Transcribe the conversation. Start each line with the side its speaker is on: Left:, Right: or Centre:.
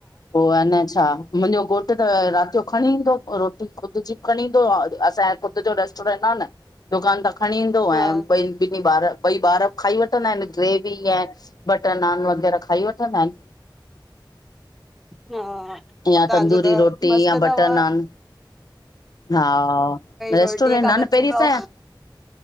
Left: पो आ न छा मुंहिंजो घोटु त राति जो खणी ईंदो रोटी ख़ुदि जी बि खणी ईंदो आ, असां ख़ुदि जो रेस्टोरेंट आ न। दुकान तां खणी ईंदो
Centre: हा
Left: ऐं ॿई ॿार ॿई ॿार बि खाई वठंदा आहिनि ग्रेवी ऐं बटर नान वग़ैरह खाई वठंदा आहिनि।
Centre: हा
Left: यां
Centre: पोइ तव्हांजो
Left: तंदूरी
Centre: त
Left: रोटी
Centre: मस्तु
Left: यां
Centre: अथव
Left: बटर नान। हा
Centre: रोटीअ
Left: रेस्टोरंट
Centre: खां
Left: आ
Centre: बची
Left: न पहरीं
Centre: पओ
Left: असांया